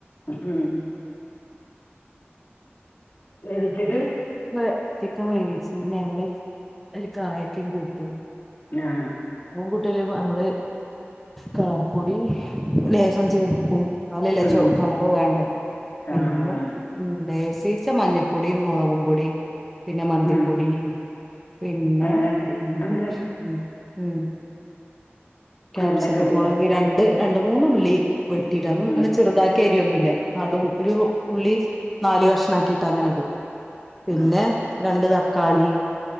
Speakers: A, on the left; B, in the centre.
A: ഉം വേവിച്ചിട്ട്,
B: ള് ചിക്കൻ വേവിച്ചു പിന്നെങ്ങള് അയ്ല് കായക്കിം കൂട്ടും.
A: ആഹ്
B: <unintelligible> അമ്മള് കളർ പൊടി ലേ ത് ചേർക്കും ന്നാലല്ലേ
A: ഉം
B: ചൊവപ്പ് കളറ് വേണ്ട
A: കാവാണ്
B: പിന്നെ ഉം ലേസീച്ചെ മഞ്ഞപ്പൊടിം മുളകും പൊടിം പിന്നെ മന്തിപ്പൊടി
A: ഉം
B: പിന്നെ,
A: അങ്ങനെയൊക്കെ
B: <unintelligible>
A: അങ്ങനെയൊക്കെ
B: ക്യാപ്സിക്കമൊളക്
A: അങ്ങനെയൊക്കെ ഇടൂലേ
B: രണ്ട്, രണ്ട്മൂന്നു ള്ളി വെട്ടിട അതൊന്ന്ങ്ങനെ
A: ഉം
B: ചെറു താക്കി അരിയൊന്നുല്ല, നടു ഒരു ഉള്ളി നാല് കഷ്ണാക്കിട്ടങ്ങനെ ഇടും. പിന്നെ,
A: ആഹ്
B: രണ്ട് തക്കാളി.